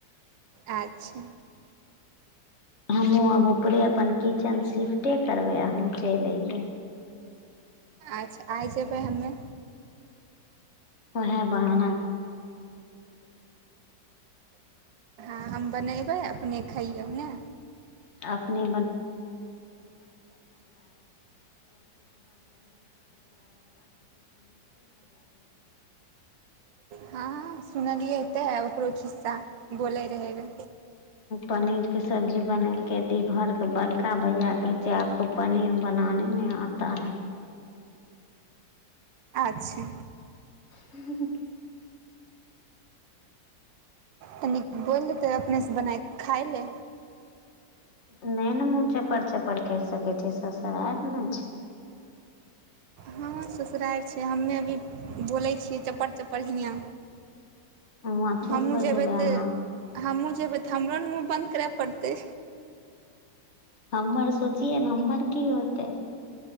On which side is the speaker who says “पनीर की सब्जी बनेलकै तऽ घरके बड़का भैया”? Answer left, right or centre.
Left